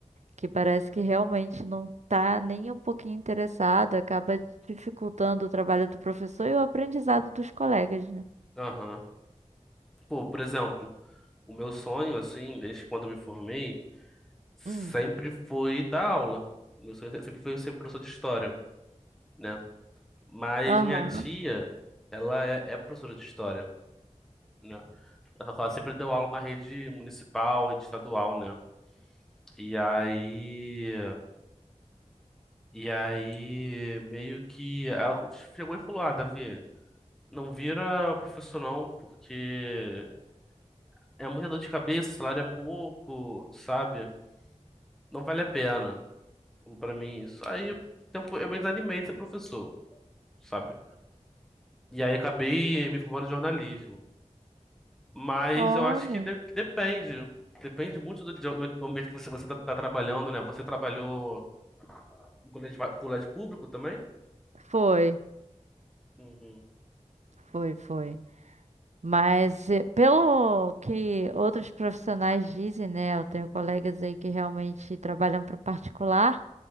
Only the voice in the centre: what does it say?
Aham. Pô, por exemplo, o meu sonho, assim, desde quando eu me formei, sempre
foi dar aula. Meu sonho se- sempre foi ser professor de história, né? Mas
minha tia, ela é, é professora de história, né? Ela ela sempre deu aula na rede municipal, rede estadual, né? E aí, e aí, meio que ela chegou e falou: Ah, Davi, não vira professor não, porque É muita dor de cabeça, o salário é pouco, sabe? Não vale a pena. Falou pra mim isso. Aí tempo, eu me desanimei de ser professor, sabe? E aí acabei me formando em jornalismo. Mas
eu acho que, de- que depende. Depende muito do, do- do ambiente que você, você tá, tá trabalhando, né? Você trabalhou em colégio, pa- colégio público também?
Uhum.